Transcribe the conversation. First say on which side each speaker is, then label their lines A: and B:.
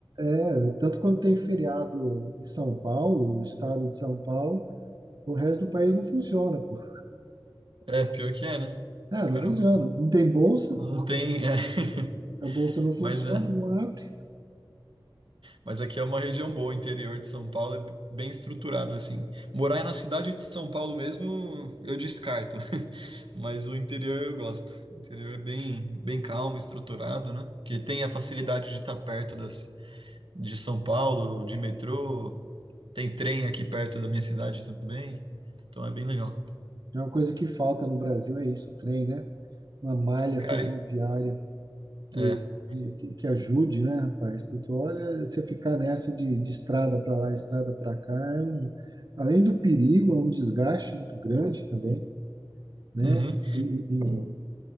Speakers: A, on the right (about 55°); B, on the right (about 85°).
A: É, Tanto quando tem feriado em São Paulo, o estado de São Paulo, o resto do país não funciona, pô.
B: É, pior que é, né?
A: É,
B: Caramba,
A: não funciona. Não tem bolsa,
B: não tem, é. <laughs>
A: a bolsa não funciona,
B: Mas é.
A: não abre.
B: Mas aqui é uma região boa, o interior de São Paulo é b- bem estruturado, assim. Morar aí na cidade de São Paulo mesmo, eu descarto. <laughs> Mas o interior eu gosto. O interior é bem, bem calmo, estruturado, né? Que tem a facilidade de estar perto das, de São Paulo, de metrô. Tem trem aqui perto da minha cidade também. Então é bem legal.
A: É uma coisa que falta no Brasil, é isso, o trem, né? Uma malha
B: Cara,
A: ferroviária que,
B: é.
A: que, que ajude, né, rapaz? Porque olha, você ficar nessa de, de estrada para lá, estrada para cá, é um, além do perigo, é um desgaste muito grande também, né?
B: Uhum.
A: E, e-